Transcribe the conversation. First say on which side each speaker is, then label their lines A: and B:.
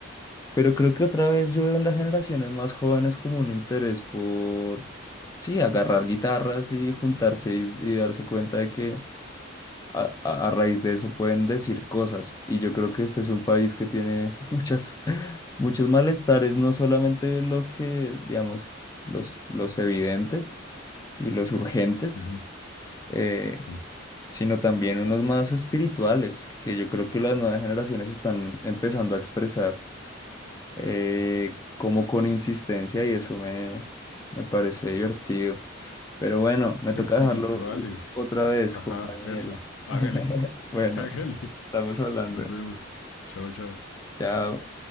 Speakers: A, on the left; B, on the left.
A: Pero creo que otra vez yo veo en las generaciones más jóvenes como un interés por, sí, agarrar guitarras y juntarse y, y darse cuenta de que a, a- a raíz de eso pueden decir cosas. Y yo creo que este es un país que tiene <laughs> muchas, muchos malestares, no solamente los que, digamos, los, los evidentes y los urgentes,
B: Ujú,
A: eh,
B: Sí.
A: sino también unos más espirituales, que yo creo que las nuevas generaciones están empezando a expresar eh, como con insistencia y eso me, me parece divertido. Pero bueno, me toca
B: Espirituales.
A: dejarlo u- otra vez,
B: Ajá,
A: compañero.
B: eso. Hágale.
A: <laughs> Bueno,
B: <laughs> Hágale.
A: estamos hablando.
B: Nos vemos. Chao, chao.
A: Chao.